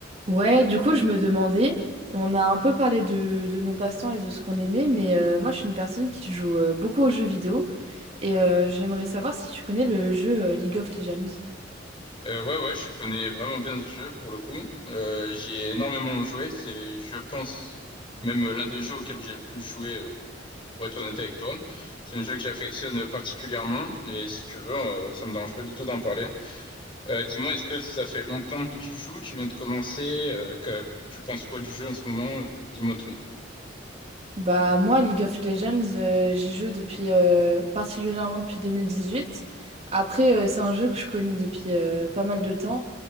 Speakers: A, on the right; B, on the left.
A: Ouais, du coup, je me demandais, on a un peu parlé de, de nos passe-temps et de ce qu'on aimait, mais euh, moi, je suis une personne qui joue euh, beaucoup aux jeux vidéo et euh, j'aimerais savoir si tu connais le jeu euh, League of Legends.
B: Euh, ouais, ouais, je connais vraiment bien ce jeu pour le coup. Euh, j'y ai énormément joué. C'est, je pense, même l'un des jeux auxquels j'ai le plus joué, euh, pour être honnête avec toi. C'est un jeu que j'affectionne particulièrement. Et si tu veux, euh, ça me dérange pas du tout d'en parler. Euh, dis-moi, est-ce que ça fait longtemps que tu joues? Tu viens de commencer? Euh, que, tu penses quoi du jeu en ce moment? Euh, Dis-moi tout.
A: Bah, moi, League of Legends, euh, j'y joue depuis, euh, particulièrement depuis 2018. Après, euh, c'est un jeu que je connais depuis euh, pas mal de temps,